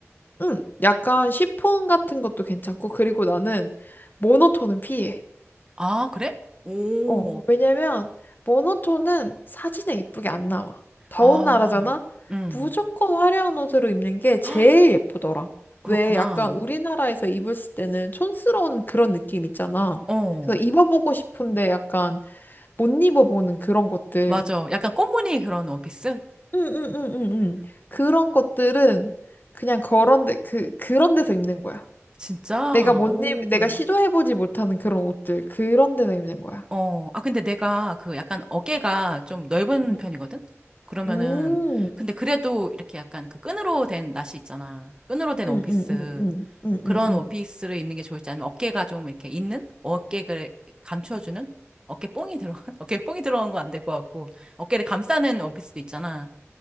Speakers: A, on the left; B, on the right.
A: 응, 약간 시폰 같은 것도 괜찮고. 그리고 나는 모노톤은 피해.
B: 아, 그래? 오,
A: 어, 왜냐면 모노톤은 사진에 예쁘게 안 나와. 더운
B: 아,
A: 나라잖아?
B: 음.
A: 무조건 화려한 옷으로 입는 게 제일
B: 헉,
A: 예쁘더라.
B: <gasps> 그렇구나.
A: 왜 약간 우리나라에서 입었을 때는 촌스러운 그런 느낌 있잖아.
B: 어,
A: 그래서 입어보고 싶은데 약간 못 입어보는 그런 것들.
B: 맞아. 약간 꽃무늬 그런 원피스?
A: 응응응응응. 그런 것들은 그냥 그런 데, 그, 그런 데서 입는 거야.
B: 진짜?
A: 내가 못
B: 오.
A: 입, 내가 시도해보지 못하는 그런 옷들. 그런 데서 입는 거야.
B: 어, 아, 근데 내가 그 약간 어깨가 좀 넓은
A: 음.
B: 편이거든? 그러면은,
A: 음.
B: 근데 그래도 이렇게 약간 그 끈으로 된 나시 있잖아. 끈으로 된 원피스.
A: 응, 응, 응, 응, 응,
B: 그런
A: 응, 응.
B: 원피스를 입는 게 좋을지 아니면 어깨가 좀 이렇게 있는? 어깨를 감춰주는? 어깨 뽕이 들어간? <laughs> 어깨 뽕이 들어간 건 안 될 것 같고. 어깨를 감싸는 원피스도 있잖아.